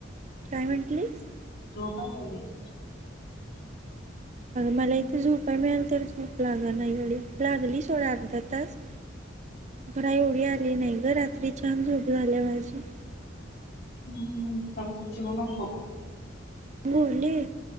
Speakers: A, on the right; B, on the left.
A: काय म्हंटलीस.
B: हले <inaudible>
A: मला इथे झोपाय मिळालं तर झोप लागना ना <unintelligible> लागली सोड अर्धा तास खरं एवढी आली नाही ग रात्री छान झोप झाल्या माझी.
B: हम्म ह कु जीव नको.
A: बोली.